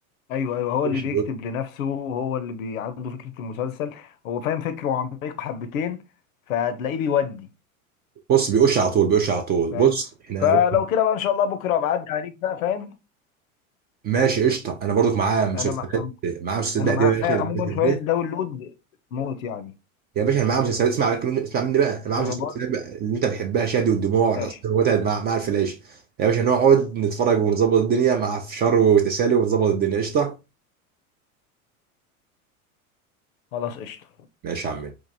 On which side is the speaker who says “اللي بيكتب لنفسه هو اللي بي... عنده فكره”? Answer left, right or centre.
Left